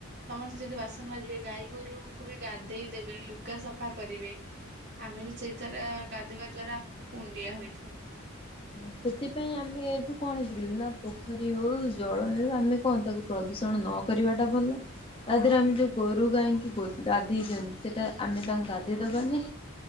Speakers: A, on the right; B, on the left.
A: ସମସ୍ତେ ଯଦି ବାସନ ବାଜିବେ ଗାଈ ଗୋରୁଙ୍କୁ ବି ଗାଧେଇ ଦେବେ ଲୁଗା ସଫା କରିବେ। ଆମେ ବି ସେଇଥର ଗାଧଇବା ଦ୍ଵାରା ଆମକୁ କୁଣ୍ଡିଆ ହୋଇଥାଏ।
B: ହଁ ସେଥିପାଇଁ ଆମେ ଏଠୁ କଣ ଶିଖିଲେ ନା ପୋଖରୀ ହଉ ଜଳ ହଉ ଆମେ କଣ ତାକୁ ପ୍ରଦୂଷଣ ନ କରିବାଟା ଭଲ ତା
A: ହଁ।
B: ଦେହରେ ଆମେ ଯୋଉ ଗୋରୁ ଗାଇକି ଗ ଗାଧେଇଛନ୍ତି ସେଟା ଆମେ ତାଙ୍କୁ ଗାଧେଇ ଦବାନି